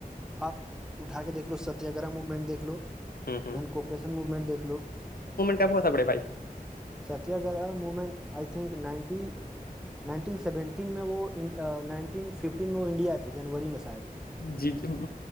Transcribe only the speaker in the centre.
آپ اٹھا کے دیکھ لو ستیا گگرہ موومنٹ دیکھ لو
ن کوپریشن موممنٹیکھ لو
Satyagraha movement I think ninety nineteen seventeen میں وہ نائنٹین ففٹین میں وہ انڈیا تھے جنوری میں شاید